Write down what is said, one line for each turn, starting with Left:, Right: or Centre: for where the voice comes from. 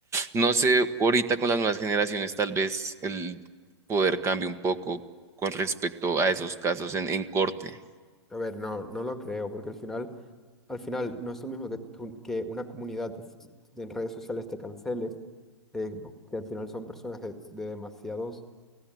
Right: no sé, ahorita con las nuevas generaciones tal vez el poder cambie un poco con respecto a esos casos en, en corte.
Centre: A ver, no, no lo creo, porque al final... al final no es lo mismo que, que un- que una comunidad de, f- de en redes sociales te cancele, eh, po- que al final son personas de, de demasiados,